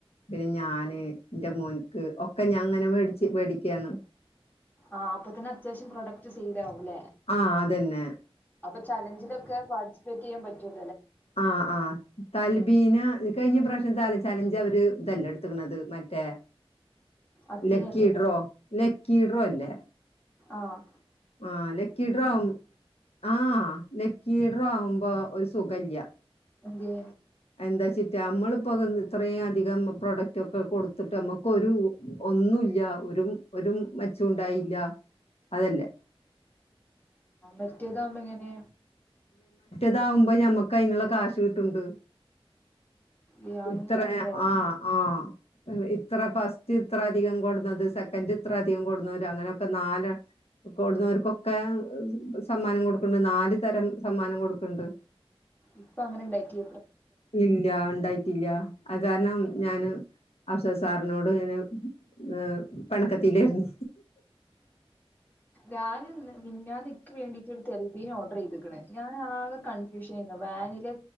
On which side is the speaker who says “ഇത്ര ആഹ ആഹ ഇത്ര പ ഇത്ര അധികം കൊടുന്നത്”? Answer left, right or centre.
Left